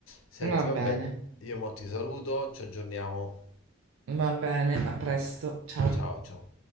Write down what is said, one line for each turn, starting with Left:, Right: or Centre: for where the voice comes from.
Left: Senti,
Right: Va bene,
Left: vabbè, io mo ti saluto, ci aggiorniamo.
Right: va bene, a presto,
Left: Da-
Right: ciao.
Left: Ciao, ciao.